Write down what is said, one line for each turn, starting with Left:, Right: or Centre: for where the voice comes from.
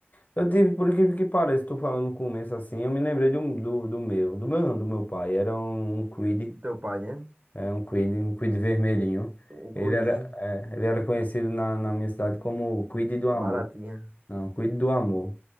Left: Eu tive, por incrível que pareça, tô falando no começo assim, eu me lembrei de um- do, do, meu, do meu não, do meu pai, era um, um Kwid,
Right: Do teu pai, né?
Left: é, um Kwid, um Kwid vermelhinho.
Right: Um cuidinho,
Left: Ele era, é, ele era conhecido na, na minha cidade como o Kwid do Amor,
Right: baratinha.
Left: não, Kwid do Amor.